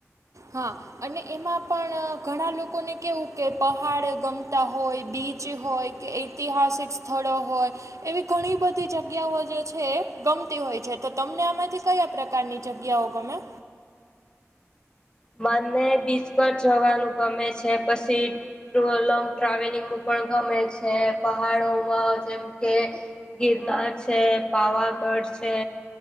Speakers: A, on the right; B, on the left.
A: હા. અને એમાં પણ ઘણા લોકોને કહેવું કે પહાડ ગમતા હોય બીચ હોય કે એ. ઐતિહાસિક સ્થળો હોય. એવી ઘણી બધી જગ્યાઓ જે છે એ ગમતી હોય છે તો તમને આમાંથી કયા પ્રકાર. કરની જ ગયાઓગ મેં.
B: મને બીચ પર જવાનું ગમે છે પછી. લોંગ ટ્રાવેલિંગ પણ ગમે છે પહાડોમાં જેમ કે. ગિરનાર છે પાવાગઢ છે.